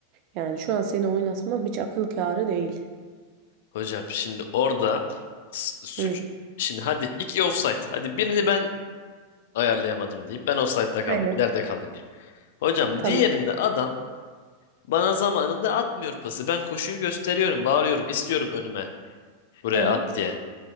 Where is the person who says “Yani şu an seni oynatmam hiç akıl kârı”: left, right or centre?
Right